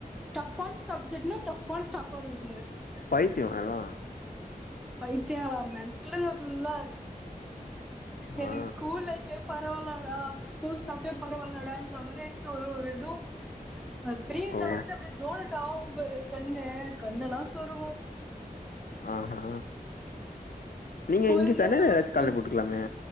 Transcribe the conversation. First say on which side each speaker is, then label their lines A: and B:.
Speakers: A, in the centre; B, on the left.
A: டஃப்பான சப்ஜெக்ட்னா டஃப்பான ஸ்டாஃபா இருக்குதுங்க
B: பைத்தியோ எல்லா
A: பைத்தியங்களா மென்டலுங்க ஃபுல்லா எனக்கு
B: ஆ
A: ஸ்கூல் லைஃபே பரவால்லடா ஸ்கூல் ஸ்டாஃபே பரவால்லடான்ற மாரி ஆயி ச்சு ஒரு ஒரு இது ஆ பிரியீட்ல
B: ஓ
A: வந்து அப்டியே <unintelligible> ஆவு ம் பாரு கண்ணு கண்ணெல்லா சொருவு
B: ஆ ஹா நீங்க
A: புரிஞ்சா
B: இங்க சென்னைல
A: கவனிக்கல
B: ஏதாச்சு கால்ல போட்ருக்கலாமே